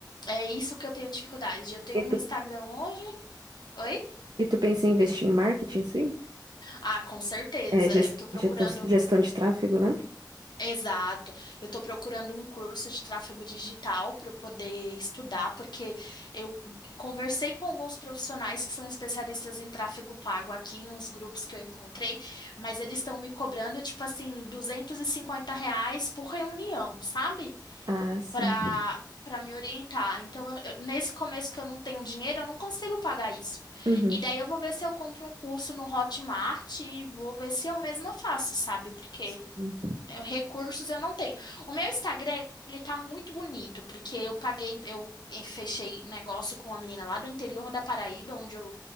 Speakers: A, on the left; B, on the right.
A: É isso que eu tenho dificuldade. Eu tenho
B: E
A: um
B: tu,
A: Instagram hoje. Oi?
B: e tu pensa em investir em marketing, sim?
A: Ah, com certeza.
B: É, ges-
A: Eu tô procurando
B: geto- gestão de tráfego, né?
A: Exato. Eu estou procurando um curso de tráfego digital para eu poder estudar, porque eu conversei com alguns profissionais que são especialistas em tráfego pago aqui em uns grupos que eu encontrei, mas eles estão me cobrando, tipo assim, 250 reais por reunião, sabe?
B: Ah, sim.
A: Para para me orientar. Então, eu- eu- nesse começo que eu não tenho dinheiro, eu não consigo pagar isso.
B: Uhum.
A: E daí eu vou ver se eu compro um curso no Hotmart e vou ver se eu mesma faço, sabe? Porque
B: Sim.
A: é, Recursos eu não tenho. O meu Instagram, ele tá muito bonito, porque eu paguei, eu fechei negócio com uma menina lá do interior da Paraíba, onde eu,